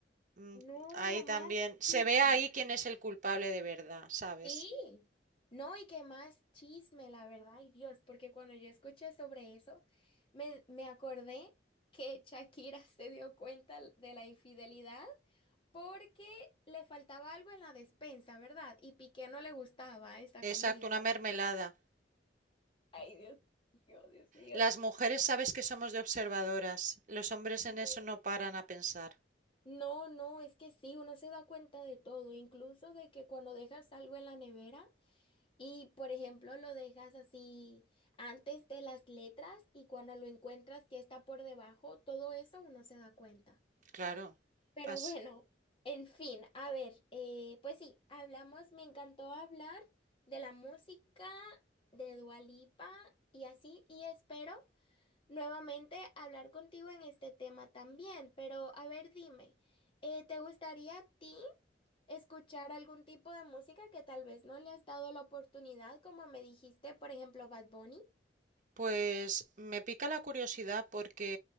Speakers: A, on the right (about 45°); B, on the left (about 30°).
A: mm,
B: No,
A: ahí
B: más
A: también
B: chisme.
A: se ve ahí quién es el culpable de verdad, ¿sabes?
B: Sí, no, y que más chisme, la verdad, ay Dios, porque cuando yo escuché sobre eso, me, me acordé que Shakira <laughs> se dio cuenta de la infidelidad porque le faltaba algo en la despensa, ¿verdad? Y Piqué no le gustaba esa
A: Exacto,
B: comida.
A: una mermelada.
B: Ay, Dios mío, Dios mío.
A: Las mujeres sabes que somos de observadoras, los hombres en
B: No,
A: eso no paran a pensar.
B: no, no, es que sí, uno se da cuenta de todo, incluso de que cuando dejas algo en la nevera. Y, por ejemplo, lo dejas así antes de las letras y cuando lo encuentras ya está por debajo, todo eso uno se da cuenta.
A: Claro.
B: Pero
A: As-
B: bueno, en fin, a ver, eh, pues sí, hablamos, me encantó hablar de la música, de Dua Lipa y así, y espero nuevamente hablar contigo en este tema también, pero a ver, dime, eh, ¿te gustaría a ti escuchar algún tipo de música que tal vez no le has dado la oportunidad, como me dijiste, por ejemplo, Bad Bunny?
A: Pues me pica la curiosidad porque